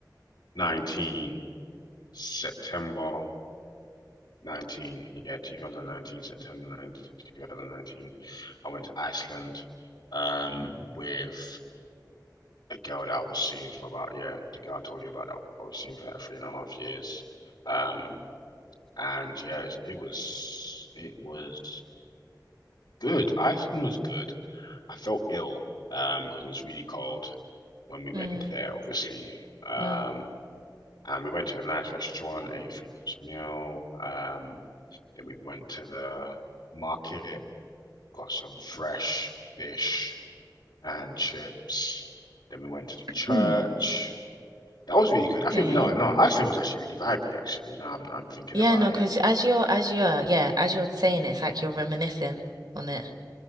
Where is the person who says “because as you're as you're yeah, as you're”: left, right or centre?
Right